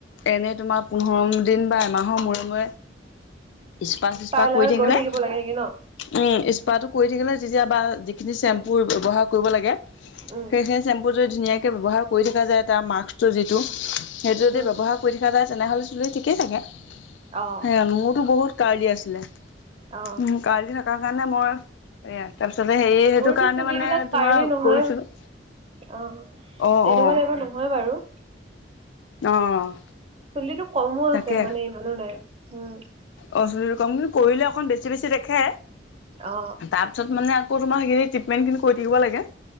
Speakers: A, on the left (about 75°); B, on the right (about 30°).
A: এনে তোমাৰ পোন্ধৰ দিন বা এমাহৰ মূৰে মূৰে স্পা চিস্পা
B: পাৰ্লাৰত
A: কৰি থাকিলে,
B: গৈ থাকিব লাগে নেকি ন?
A: উম স্পাটো কৰি থাকিলে যেতিয়া বা যিখিনি চেম্পুৰ ব্যৱহাৰ কৰিব লাগে
B: উম
A: সেইখিনি চেম্পু যদি ধুনীয়াকৈ ব্যৱহাৰ কৰি থকা যায় তাৰ মাস্কটো যিটো সেইটো যদি
B: উম
A: ব্যৱহাৰ কৰি থকা যায় তেনেহ'লে চুলি ঠিকেই থাকে,
B: অ
A: সেইয়া মোৰতো বহুত কাৰ্লি আছিলে,
B: অ
A: উম কাৰ্লি থকাৰ কাৰণে মই এয়া তাৰপিছতে হেৰি, সেইটো
B: মোৰতো
A: কাৰণে
B: চুলিবিলাক
A: মানে
B: কাৰ্লি
A: তোমাৰ
B: নহয়
A: কৰিছিলো
B: অ',
A: অ
B: তেনেকুৱা
A: অ
B: টাইপৰ নহয় বাৰু।
A: অ'।
B: চুলিটো কম হৈ
A: তাকে
B: আছে মানে ইমানো নাই, উম।
A: অ', চুলি টো কম, কিন্তু কৰিলে অকণ বেছি বেছি দেখে,
B: অ
A: তাৰপিছত মানে <unintelligible> সেইখিনি ট্ৰিটমেন্ট খিনি কৰি থাকিব লাগে,